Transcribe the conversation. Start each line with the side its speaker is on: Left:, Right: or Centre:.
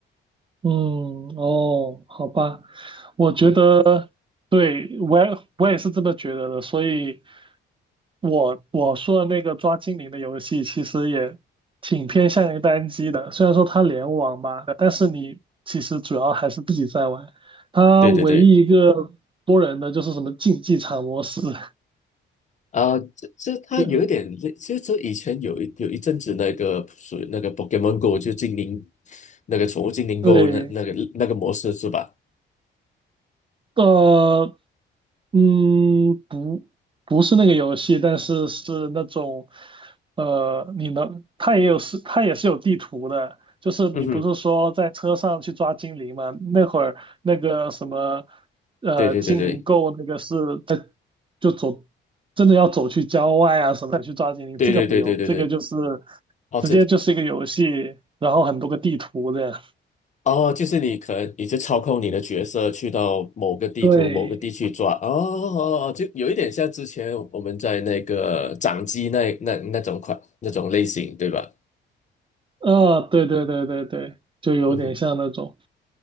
Right: 嗯，哦，好吧，我觉得对，
Left: 嗯，
Right: 我也我也是这么觉得的，所以我我说的那个抓精灵的游戏其实也挺偏向于单机的，虽然说它联网吧，但是你其实主要还是自己在玩，它唯一一个多人的就是什么竞技场模式，
Left: 对对对，
Right: <laughs>
Left: 啊、这这他有一点类，
Right: 对。
Left: 其实这以前有一有一阵子那个属于那个 Pokemon Go 就精灵那个宠物精灵
Right: 对，
Left: Go 那那个那个模式是吧？
Right: 呃，嗯，不，不是那个游戏，但是是那种，呃，你能，它也有是，它也是有地图的，就是你不是说在车上去抓精灵吗？
Left: 嗯哼。
Right: 那会儿那个什么，呃，
Left: 对对对对
Right: 精灵够那个是在就走，真的要走去郊外啊什么的去抓精灵，
Left: 对对对对对对，
Right: 这个不用，这个就是
Left: 哦，
Right: 直接就是一个游戏，
Left: 这
Right: 然后很多个地图的。
Left: 哦，就是你可能你就操控你的角色去到某个地图、
Right: 对，
Left: 某个地区抓，哦哦哦，就有一点像之前我们在那个掌机那那那种款那种类型，对吧？
Right: 呃，对对对对对，就有点像那种
Left: 嗯哼